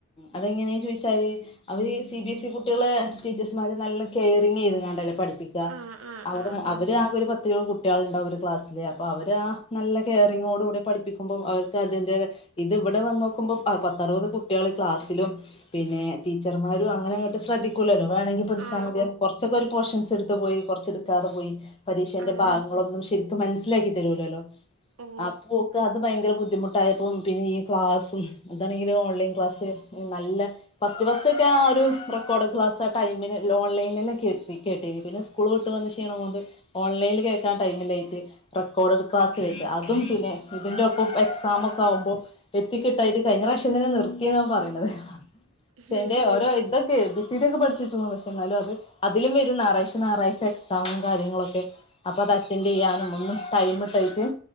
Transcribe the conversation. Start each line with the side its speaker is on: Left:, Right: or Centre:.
Left: അത് എങ്ങനെ ചോദിച്ചാല് അവര് സി ബിഎസ് ഇ കുട്ടികളെ ടീച്ചേ നല്ല കേയ്റിങ് ചെയ്ത് കാണ്ടല്ലേ പഠിപ്പിക്ക.
Right: ആ ആ
Left: അവ
Right: ആ ആ
Left: അവർ ആകെ ഒരു പത്ത കുട്ട്യേള് ഇണ്ടാവും ഒരു ക്ലാസില്. അപ്പ അവർ ആ നല്ല കെയറിങ്ങോട് കൂടി പഠിപ്പിക്കുമ്പോ അവർക്ക് അതിന്റെ ഇത് ഇവടെ വന്ന് നോക്കുമ്പോ പത്ത് അറുപത് കുട്ട്യേൾ ക്ലാസ്സിലും പിന്നെ ടീച്ചർമാരും അങ്ങനെ അങ്ങട്ട് ശ്രദ്ധിക്കൂലല്ലോ വേണങ്കിൽ പഠിച്ചാ
Right: ആ
Left: മതി കൊറ്ച്ചൊക്കെ ഒരു പോർഷൻസ് ഇടുത്ത് പോയി കൊറ്ച്ച് ഇടുക്കാതെ പോയി പരീക്ഷന്റെ
Right: ആ
Left: ഭാഗങ്ങളൊന്നും ശെരിക്ക് മനസ്സിലാക്കി തരൂലല്ലോ
Right: ഓ
Left: അപ്പോക്ക് അത് ഭയങ്കര ബുദ്ധിമുട്ട് ട്ടായപ്പോ പിന്നെ ഈ ക്ലാസും ഇതാണെങ്കിലോ ഓൺലൈൻ ക്ലാസ്സ് നല്ല ഫസ്റ്റ് ഫസ്റ്റ് ഒക്കെ ആ ഒരു റെക്കോർഡ് ക്ലാസ് ആ ടൈമിന് ഓൺലൈനില് കേട്ട കേട്ടിരിക്കണ് സ്കൂൾ വിട്ട് വന്ന് ക്ഷീണം കൊണ്ട് ഓൺലൈനിൽ കേൾക്കാൻ ടൈമില്ലായിട്ട് റെക്കോർഡഡ് ക്ലാസ് കേട്ട് അതും പിന്നെ ഇതിന്റെ ഒപ്പം എക്സാം ഒക്കെ ആകുമ്പോ എത്തിക്കിട്ടായിട്ട് കഴിഞ്ഞ പ്രാവശ്യം തന്നെ നിർത്തിന്നാ ഓൻ പറേണത് പക്ഷേന്റെ
Right: ഹും
Left: ഓരോ ഇതൊക്കെ എ ബി സി ഡി ഒക്കെ പഠിച്ചുവെച്ചേക്കണ് എന്നാലും അത് അതിലും വരും ഞായറാഴ്ച ഞായാറാഴ്ച എക്സാമും കാര്യങ്ങളും ഒക്കെ അപ്പൊ അത് അറ്റൻഡ് ചെയ്യാനും ഒന്നും ടൈം കിട്ടായിട്ട്